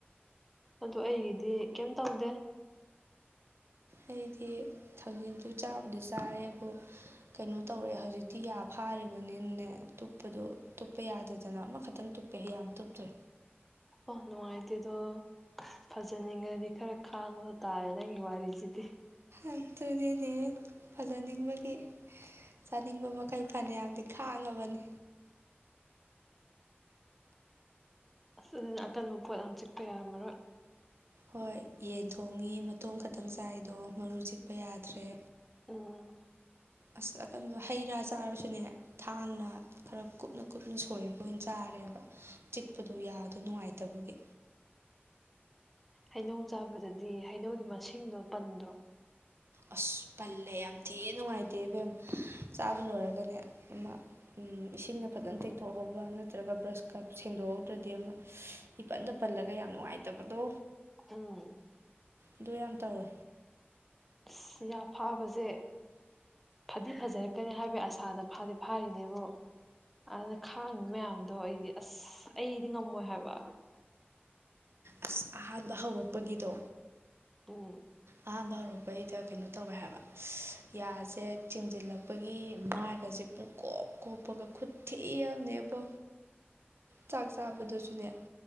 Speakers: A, in the centre; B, on the right.
A: ꯑꯗꯣ ꯑꯩꯒꯤꯗꯤ ꯀꯩꯝ ꯇꯧꯗꯦ
B: ꯑꯩꯗꯤ ꯊꯥꯡꯖꯤꯡꯗꯨ ꯆꯥꯕꯗꯤ ꯆꯥꯔꯦꯕꯨ ꯀꯩꯅꯣ ꯇꯧꯔꯦ ꯍꯧꯖꯤꯛꯇꯤ ꯌꯥ ꯐꯥꯔꯤꯕꯅꯤꯅꯅꯦ ꯇꯨꯞꯄꯗꯣ ꯇꯨꯞꯄ ꯌꯥꯗꯥꯗꯅ ꯑꯃ ꯈꯛꯇꯪ ꯇꯨꯞ ꯄꯦ ꯌꯥꯝ ꯇꯨꯞꯇ꯭ꯔꯦ
A: ꯑꯣ ꯅꯨꯡꯉꯥꯏꯇꯦꯗꯣ ꯐꯖꯅꯤꯡꯉꯗꯤ ꯈꯔ ꯈꯥꯡꯕꯗ ꯇꯥꯔꯦ ꯅꯪꯒꯤ ꯋꯥꯔꯤꯁꯤꯗꯤ
B: ꯑꯗꯨꯅꯤꯅꯦ ꯐꯖꯅꯤꯡꯕꯒꯤ ꯆꯥꯅꯤꯡꯕ ꯃꯈꯩ ꯐꯅꯥ ꯌꯥꯝꯗꯤ ꯈꯥꯡꯉꯥꯕꯅꯤ
A: ꯑꯁ ꯑꯗꯨꯅ ꯑꯀꯟꯕ ꯄꯣꯠ ꯌꯥꯝ ꯆꯤꯛꯄ ꯌꯥꯔꯝꯃꯔꯣꯏ
B: ꯍꯣꯏ ꯌꯦꯟ ꯊꯣꯡꯉꯤ ꯃꯇꯣꯡ ꯈꯛꯇꯪ ꯆꯥꯏꯗꯣ ꯃꯔꯨ ꯆꯤꯛꯄ ꯌꯥꯗ꯭ꯔꯦ
A: ꯎꯝ
B: ꯑꯁ ꯑꯀꯟꯕ ꯍꯩ ꯔꯥ ꯆꯥꯔꯁꯨꯅꯦ ꯊꯥꯡꯅ ꯈꯔ ꯀꯨꯞꯅ ꯀꯨꯞꯅ ꯁꯣꯏꯔꯒ ꯑꯣꯏꯅ ꯆꯥꯔꯦꯕ ꯆꯤꯛꯄꯗꯣ ꯌꯥꯗꯣ ꯅꯨꯡꯉꯥꯏꯇꯕꯒꯤ
A: ꯍꯩꯅꯧ ꯆꯥꯕꯗꯗꯤ ꯍꯩꯅꯧꯒꯤ ꯃꯁꯤꯡꯗꯣ ꯄꯟꯗ꯭ꯔꯣ
B: ꯑꯁ ꯄꯜꯂꯦ ꯌꯥꯝ ꯊꯤꯅ ꯅꯨꯡꯉꯥꯏꯇꯦ ꯏꯕꯦꯝꯃ ꯆꯥꯕ ꯂꯣꯏꯔꯒꯅꯦ ꯑꯃ ꯏꯁꯤꯡꯅ ꯐꯖꯅ ꯇꯦꯡꯊꯣꯛꯍꯧꯕ ꯅꯠꯇ꯭ꯔꯥꯒ ꯕ꯭ꯔꯁꯀ ꯁꯦꯡꯗꯣꯛꯍꯧꯗ꯭ꯔꯗꯤ ꯑꯃ ꯏꯄꯟꯗ ꯄꯜꯂꯒ ꯌꯥꯝ ꯅꯨꯡꯉꯥꯏꯇꯕꯗꯣ
A: ꯎꯝ
B: ꯑꯗꯨ ꯌꯥꯝ ꯇꯧꯋꯦ
A: ꯑꯁ ꯌꯥ ꯐꯥꯕꯁꯦ ꯐꯗꯤ ꯐꯖꯔꯛꯀꯅꯤ ꯍꯥꯏꯕꯒꯤ ꯑꯁꯥꯗ ꯐꯥꯗꯤ ꯐꯥꯔꯤꯅꯦꯕꯨ ꯑꯗꯨꯗ ꯈꯥꯡꯉꯤ ꯃꯌꯥꯝꯗꯣ ꯑꯩꯗꯤ ꯑꯁ ꯑꯩꯗꯤ ꯉꯝꯃꯣꯏ ꯍꯥꯏꯕ
B: ꯑꯁ ꯑꯍꯥꯟꯕ ꯍꯧꯔꯛꯄꯒꯤꯗꯣ
A: ꯎꯝ
B: ꯑꯍꯥꯟꯕ ꯍꯧꯔꯛꯄꯩꯗ ꯀꯩꯅꯣ ꯇꯧꯋꯦ ꯍꯥꯏꯕ ꯑꯁ ꯌꯥꯁꯦ ꯆꯤꯡꯁꯤꯜꯂꯛꯄꯒꯤ ꯃꯥꯏꯒꯁꯦ ꯄꯨꯡ ꯀꯣꯞ ꯀꯣꯞꯄꯒ ꯈꯨꯠꯊꯤ ꯑꯃꯅꯦꯕꯣ ꯆꯥꯛ ꯆꯥꯕꯗꯨꯁꯨꯅꯦ